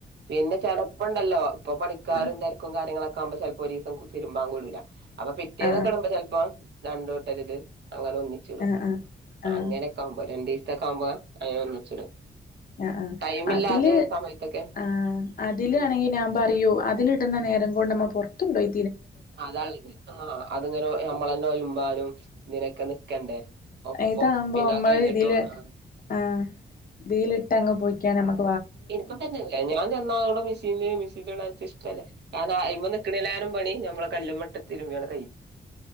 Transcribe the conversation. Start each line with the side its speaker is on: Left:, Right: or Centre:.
Right: പിന്നെ ചെലപ്പണ്ടല്ലോ ഇപ്പൊ പണിക്കാരും
Left: ആഹ്
Right: തിരക്കും കാര്യങ്ങളൊക്കെ ക്കചെലപ്പോ ഒരു ദിവസം തിരുമ്പാ കൂടൂല അപ്പൊ പിറ്റേന്നെക്കെടുമ്പോ
Left: ആഹ്
Right: ചെൽപ്പോ രണ്ടോട്ടരുത് അങ്ങനെ ഒന്നിച്ചിടും
Left: ആഹ് ആഹ് ആഹ്
Right: അങ്ങനെക്കെ ആവുമ്പോ രണ്ടു ദിവസത്തൊക്കെ ആവുമ്പോ അങ്ങനെ ഒന്നിച്ചിടും
Left: ആ ആ
Right: ടൈമില്ലാത്ത
Left: അതില്
Right: സമയത്തൊക്കെ
Left: ആ അതിലാണെങ്കി
Right: ഉം
Left: ഞാൻ പറയൂ അത് അതിലിടുന്ന നേരം കൊണ്ടമ്മ പുറത്തുണ്ടോയി
Right: ആ അതിങ്ങനെ നമ്മളന്നെ ഒലമ്പാനും ഇങ്ങനെയൊക്കെ നിക്കണ്ടേ. ഒപ്പം
Left: ഇതാകുമ്പോ
Right: പിന്നെ
Left: നമ്മളിതില്
Right: അത് കഴിഞ്ഞിട്ടും ആഹ്
Left: ആ ഇതിലിട്ടങ്ങ് പോയിക്കാനമ്മക്
Right: ഇനിക്കൊക്കെന്നല്ലേ ഞാൻ ചെന്നാ പ്പം മെഷീന് മെഷീൻെള്ള ഞ്ജ് ഇഷ്ടല്ല കാരണം അയിമ്മെ നിക്കണെലാനും പണി നമ്മളെ കല്ലുമേട്ടു തിരുമ്പിയാൽ കൈയ്യും